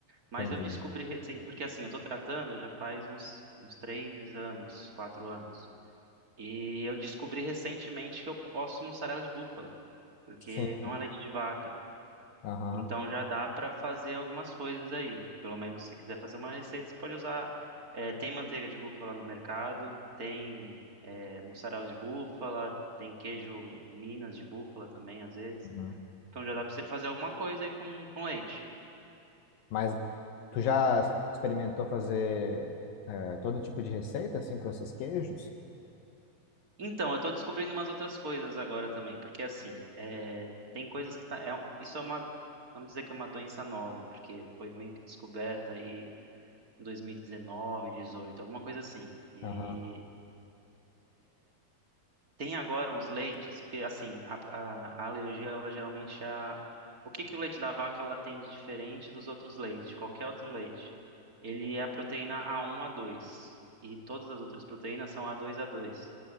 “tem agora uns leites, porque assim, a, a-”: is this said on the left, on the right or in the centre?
Right